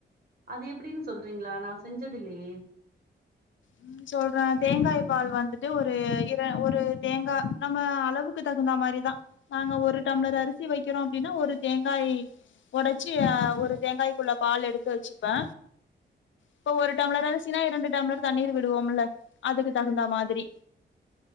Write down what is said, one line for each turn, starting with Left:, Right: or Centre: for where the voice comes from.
Right: அது எப்டின்னு சொல்றீங்களா நா செஞ்சதுல்லையே
Left: ம் சொல்றே தேங்காய் பால் வந்துட்டு ஒரு இர ஒரு தேங்கா நம்ம அளவுக்கு தகுந்தா மாரிதா நாங்க ஒரு டம்ளர் அரிசி வைக்கிறோ அப்டின்னா ஒரு தேங்காய் ஒடச்சி ஒரு தேங்காய்க்குள்ள பால் எடுத்து வச்சுப்பே இப்ப ஒரு டம்ளர் அரிசினா இரண்டு டம்ளர் தண்ணீர் விடுவோம்ல அதுக்கு தகுந்த மாரி